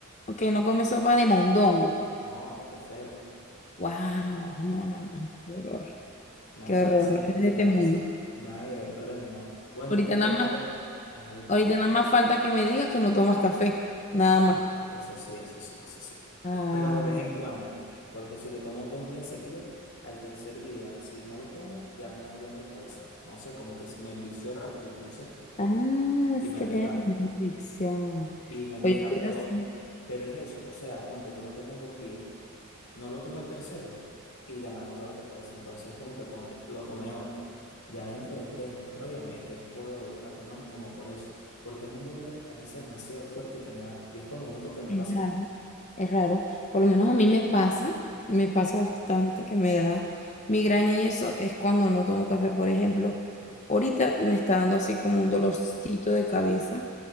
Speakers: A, on the left; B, on the left.
A: Ok, no comí sopa de mondongo.
B: No, qué feo.
A: Wow, no, no, no. Qué horror.
B: Nada
A: Qué horror.
B: de eso,
A: No eres
B: nada
A: de este mundo.
B: de eso, nada de verduras ni nada. Bueno,
A: Ahorita
B: lo
A: nada
B: que más
A: más,
B: le... Ajá, dime.
A: ahorita nada más falta que me digas que no tomas café. Nada
B: No,
A: más.
B: eso sí, eso sí, eso sí.
A: Ah.
B: Pero de vez en cuando, porque si lo tomo dos días seguidos, al tercer día, si no lo tomo, ya me da dolor de cabeza. No sé, como que me envicio rápido, no sé,
A: Ah,
B: y
A: es
B: me
A: que
B: pega,
A: tienen la misma adicción.
B: y me
A: Pues
B: pega,
A: yo estoy
B: pero,
A: así.
B: pero es eso, o sea, ponte, yo lo tomo dos días, no lo tomo el tercero y ya me da dolor de cabeza. Entonces, como que ponte, lo tomé hoy. Ya dentro de tres o cuatro días me- es que puedo volver a tomar como por eso, porque es un dolor de cabeza demasiado fuerte que me da y es con lo único que me
A: Es
B: pasa.
A: raro, es raro. Por lo menos a mí me pasa, me pasa bastante que me da migraña y eso es cuando no tomo café, por ejemplo. Ahorita me está dando así como un dolorcito de cabeza